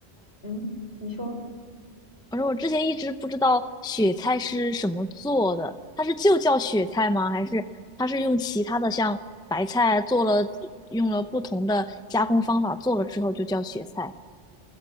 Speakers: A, on the left; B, in the centre.
A: 嗯，你说，
B: 我说我之前一直不知道雪菜是什么做的，它是就叫雪菜吗？还是它是用其他的像白菜做了，用了不同的加工方法做了之后就叫雪菜？